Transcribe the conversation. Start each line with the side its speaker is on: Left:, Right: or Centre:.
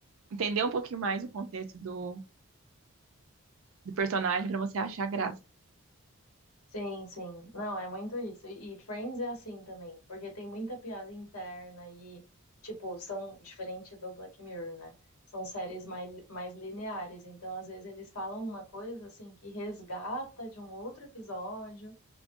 Right: entender um pouquinho mais o contexto do do personagem pra você achar graça.
Left: Sim, sim. Não, é muito isso. E e Friends é assim também, porque tem muita piada interna e, tipo, são diferente do Black Mirror, né? São séries mais, mais lineares. Então, às vezes, eles falam uma coisa, assim, que resgata de um outro episódio.